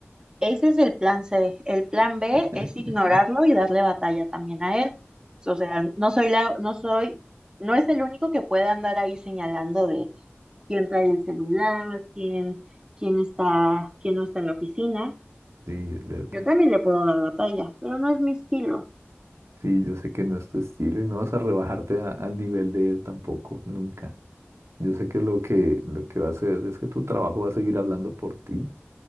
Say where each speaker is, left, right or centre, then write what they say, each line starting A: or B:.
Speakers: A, on the right; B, on the right.
A: Ese es el plan C. El plan B
B: <laughs>
A: es ignorarlo y darle batalla también a él. O sea, no soy la, no soy, no es el único que puede andar ahí señalando de quién trae el celular, quién, quién está, quién no está en la oficina.
B: Sí, es verdad.
A: Yo también le puedo dar batalla, pero no es mi estilo.
B: Sí, yo sé que no es tu estilo y no vas a rebajarte a- al nivel de él tampoco, nunca. Yo sé que lo que, lo que va a hacer es que tu trabajo va a seguir hablando por ti